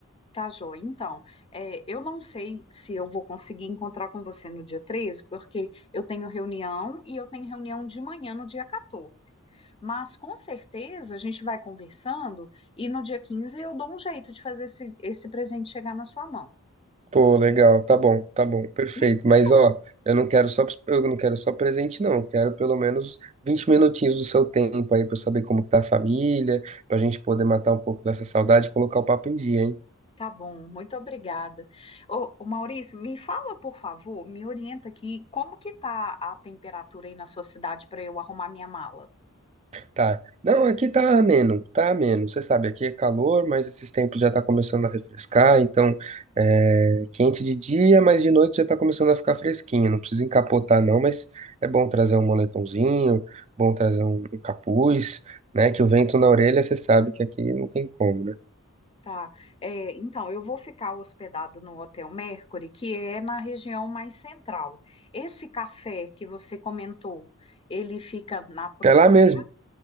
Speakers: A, on the left; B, on the right.
A: tá, joia. Então, é, eu não sei se eu vou conseguir encontrar com você no dia 13, porque eu tenho reunião e eu tenho reunião de manhã no dia 14. Mas com certeza a gente vai conversando e no dia 15 eu dou um jeito de fazer esse, esse presente chegar na sua mão.
B: Pô, legal, tá bom, tá bom, perfeito.
A: Me explica.
B: Mas ó, eu não quero só eu não quero só presente não, Eu quero pelo menos 20 minutinhos do seu tempo aí pra eu saber como que tá a família, pra gente poder matar um pouco dessa saudade e colocar o papo em dia, hein?
A: Tá bom, muito obrigada. Ô, ô, Maurício, me fala, por favor, me orienta aqui, como que tá a temperatura aí na sua cidade para eu arrumar minha mala?
B: Tá. Não, aqui tá ameno, tá ameno. Você sabe, aqui é calor, mas esses tempos já tá começando a refrescar, então é quente de dia, mas de noite já tá começando a ficar fresquinho. Não precisa encapotar não, mas é bom trazer um moletomzinho, bom trazer um, um capuz, né? Que o vento na orelha, você sabe que aqui não tem como, né?
A: Tá. É, então, eu vou ficar hospedado no Hotel Mercury, que é na região mais central. Esse café que você comentou, ele fica na proximidade.
B: É lá mesmo,